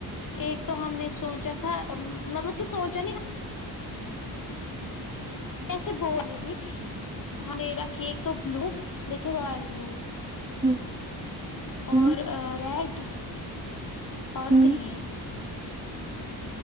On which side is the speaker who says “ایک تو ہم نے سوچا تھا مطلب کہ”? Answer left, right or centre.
Left